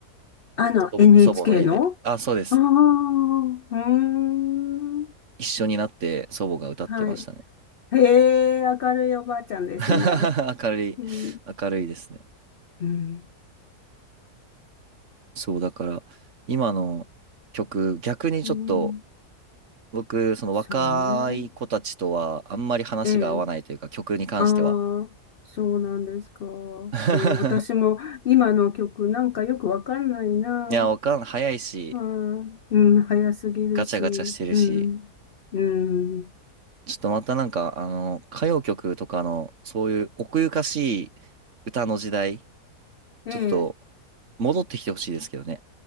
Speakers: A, on the left (about 80°); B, on the right (about 50°).
A: あの、
B: 祖母、
A: NHK
B: 祖母の家で。
A: の
B: あ、そうです。
A: ああー、うーん。
B: 一緒になって祖母が歌ってましたね。
A: はい。へえ、明るいおばあちゃんですね。
B: <laughs> 明るい、
A: うん。
B: 明るいですね。
A: うん。
B: そう、だから、今の曲、逆にちょっと、
A: うん。
B: 僕、その若い子たちとは、
A: そうね。
B: あんまり話が合わないというか、
A: ええ。
B: 曲に関しては。
A: ああ、そうなんですか。うん、
B: <laughs>
A: 私も今の曲なんかよくわかんないな。
B: いや、わかん、早いし、
A: うん、うん、早すぎるし。
B: ガチャガチャしてるし、
A: うん、うん。
B: ちょっとまたなんか、あの、歌謡曲とかの、そういう奥ゆかしい歌の時代、
A: ええ、
B: ちょっと、戻ってきてほしいですけどね。